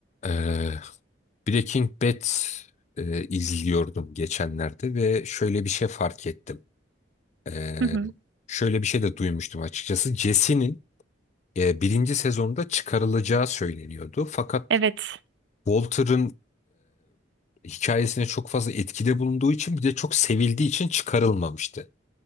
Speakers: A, on the left (about 40°); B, on the right (about 65°).
A: Ee, Breaking Bad e, izliyordum geçenlerde ve şöyle bir şey fark ettim. Ee,
B: Hı hı.
A: şöyle bir şey de duymuştum açıkçası. Jesse'nin e, birinci sezonda çıkarılacağı söyleniyordu. Fakat
B: Evet.
A: Walter'ın e, hikayesine çok fazla etkide bulunduğu için bir de çok sevildiği için çıkarılmamıştı.